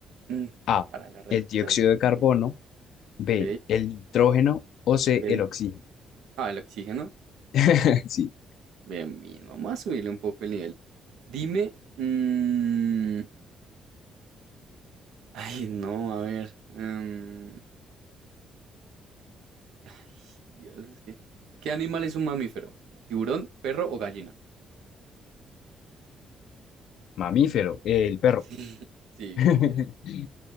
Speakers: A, on the right; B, on the left.
A: Mm,
B: A,
A: para la respiración,
B: el dióxido de carbono,
A: ok,
B: B,
A: ok.
B: el nitrógeno o C,
A: ok.
B: el oxígeno.
A: Ah, el oxígeno.
B: <laughs> Sí.
A: Bien, bien. Vamos a subirle un poco el nivel. Dime. mm, ay, no, a ver. em, ay, Dios, es que. ¿Qué animal es un mamífero? ¿Tiburón, perro o gallina?
B: Mamífero, eh, el perro.
A: <laughs> Sí,
B: <laughs>
A: bien, bien.